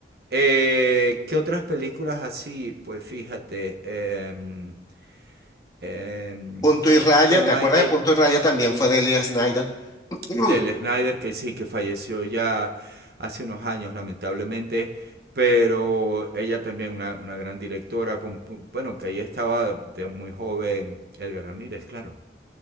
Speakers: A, on the right; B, on the left.
A: Eh, ¿qué otras películas así? Pues fíjate, em, eh,
B: Punto
A: eh,
B: y Raya,
A: bueno,
B: ¿te acuerdas
A: hay, hay
B: de Punto y Raya? También fue de Elia Snyder. Mm.
A: del
B: <clears throat>
A: snider que sí, que falleció ya hace unos años, lamentablemente, pero ella también una, una gran directora, bueno, que ahí estaba de muy joven Edgar Ramírez, claro.